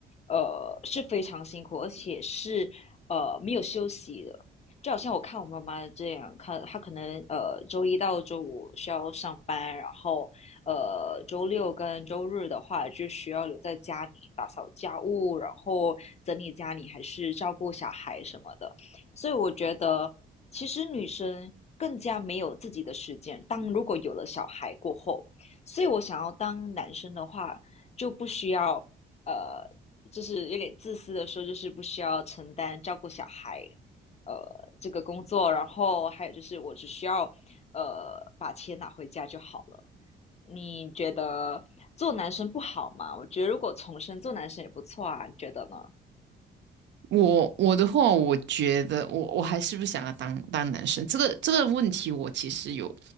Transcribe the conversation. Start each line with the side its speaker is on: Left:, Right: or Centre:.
Left: 呃，是非常辛苦，而且是呃没有休息的。就好像我看我妈妈这样，看她可能呃周一到周五需要上班，然后呃周六跟周日的话，就需要留在家里打扫家务，然后整理家里，还是照顾小孩什么的。所以我觉得，其实女生更加没有自己的时间。当如果有了小孩过后，所以我想要当男生的话，就不需要呃，就是有点自私的说，就是不需要承担照顾小孩。呃，这个工作，然后还有就是，我只需要，呃，把钱拿回家就好了。你觉得做男生不好吗？我觉得如果重生做男生也不错啊，你觉得呢？
Right: 我我的话，我觉得我我还是不想要当当男生。这个这个问题，我其实有，